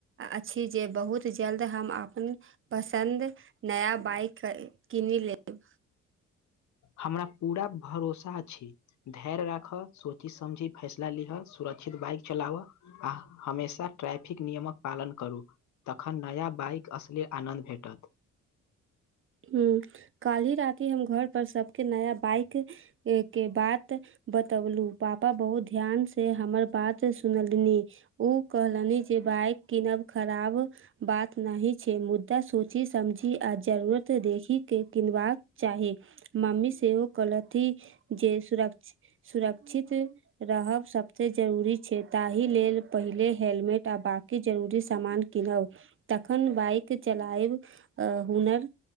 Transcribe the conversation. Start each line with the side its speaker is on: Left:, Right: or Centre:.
Right: अछि जे बहुत जल्द हम अपन पसन्द नया बाइक क किनि लेब
Left: हमरा पूरा भरोसा अछि धैर्य राखह सोची समझी फैसला लिह सुरक्षित बाइक चलावह आ हमेशा ट्रैफिक नियमक पालन करू तखन नया बाइक असले आनन्द भेटत
Right: ह काल्हि राति हम घर पर सबके नया बाइक के बात बतौलू पापा बहुत ध्यान से हमर बात सुनलनि ओ कहलनि जे बाइक कीनब खराब बात नहि छै मुद्दा सोचि समझी आज से देखी के किनबाक चाही मम्मी सेहो कहलथि जे सुरक सुरक्षित रहब सभसँ जरूरी छै ताहि लेल पहिले हेलमेट आ बाकी जरूरी सामान किनब तखन बाइक चलायब हुनर